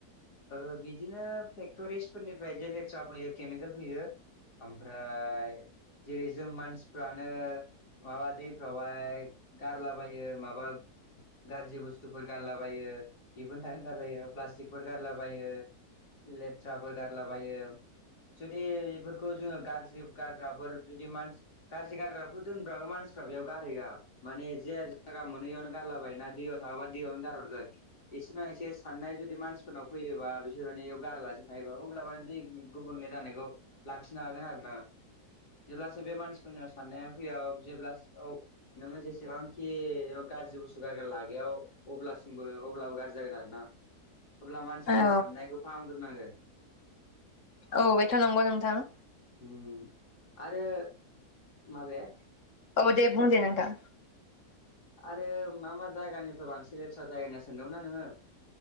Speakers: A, on the left; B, on the left.
A: ओ बिदिनो फेक्टरिसफोरनिफ्राय जेलेथ्रा फैयो केमिकेल फैयो ओमफ्राय जेरै जों मानसिफ्रानो माबा दैफ्रावहाय गारलाबायो माबा गाज्रि बुस्थुफोर गारलाबायो बेफोरनो थाखाय गाज्रि जायो प्लास्टिकफोर गारलाबायो लेथ्राफोर गारलाबायो जुदि बेफोरखौ जोङो गाज्रि गारग्राफोर जुदि मानसि गाज्रि गारग्राफोर दोनब्लाबो मानसि फ्रा बेयाव गारहैया माने जे जायगा मोनो इयावनो गारलाबाय ना दैयाव थाङोबा दैयावनो गारहरगोन एसेना एसे साननाय जुदि मानसि नाव फैयोबा बिसोर मानेयाव गारालासिनो थायोबा अब्ला माने दै गुबुनले जानायखौ लाखिनो हागोन आरो ना जेब्लासो बे मानसिफोरनि साननाया फैया जेब्ला औ नोङो जेसेबांखि गाज्रि बुस्थु गारग्रा लागायाव अब्लासिमबो अब्लाबो गाज्रि जागोन आरो ना अब्ला मानसिफोरनि
B: औ
A: साननायखौ फाहामग्रोनांगोन
B: औ बेथ' नंगौ नोंथां
A: उम आरो माबाया
B: औ दे बुं दे नोंथां
A: आरो मा मा जायगानिफ्राय बांसिन लेथ्रा जायो होनना सोंदोंमोन ना नोङो